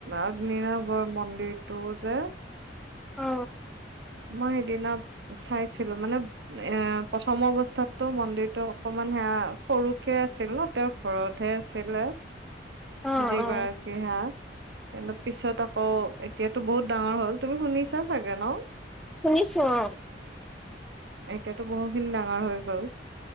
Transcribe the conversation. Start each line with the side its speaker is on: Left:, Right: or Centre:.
Right: অগ্নিনাভৰ মন্দিৰটো যে,
Centre: অ
Right: মই সেইদিনা চাইছিলো মানে এ প্ৰথম অৱস্থাতটো মন্দিৰটো অকনমান সেয়া সৰুকে আছিল ন? তেওঁৰ ঘৰতহে আছিলে।
Centre: অ',
Right: যিগৰাকী
Centre: অ',
Right: সেয়া কিন্ত পিছত আকৌ, এতিয়াতো বহুত ডাঙৰ হ'ল। তুমি শুনিছা চাগে ন?
Centre: শুনিছো অ।
Right: এতিয়াতো বহুখিনি ডাঙৰ হৈ গ'ল।